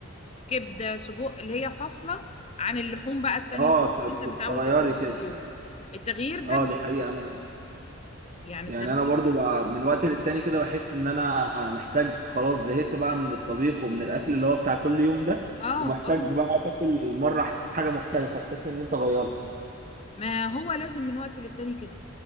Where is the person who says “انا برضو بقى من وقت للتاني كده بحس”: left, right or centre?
Right